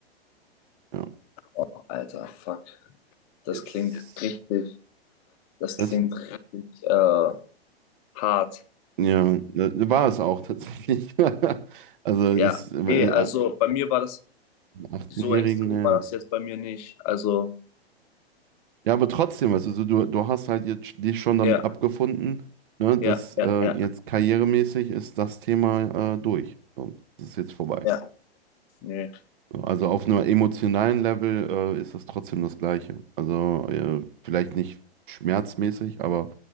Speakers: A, on the right; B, on the left.
A: Ja.
B: Oh, Alter, fuck. Das
A: Yes.
B: klingt richtig, das
A: Das,
B: klingt richtig, äh, hart.
A: ja, das war es auch tatsächlich. <laughs> Also
B: Ja.
A: ist äh,
B: Nee, also bei mir war das
A: 18-Jährigen,
B: so extrem,
A: ne.
B: war das jetzt bei mir nicht. Also,
A: Ja, aber trotzdem, also so, du, du hast halt jetzt sch- dich schon damit
B: ja,
A: abgefunden, ne, dass
B: ja, ja,
A: äh,
B: ja.
A: jetzt karrieremäßig ist das Thema äh, durch. So, das ist jetzt vorbei.
B: Ja, nee,
A: So, Also auf einem emotionalen Level äh, ist das trotzdem das Gleiche. Also äh, vielleicht nicht schmerzmäßig, aber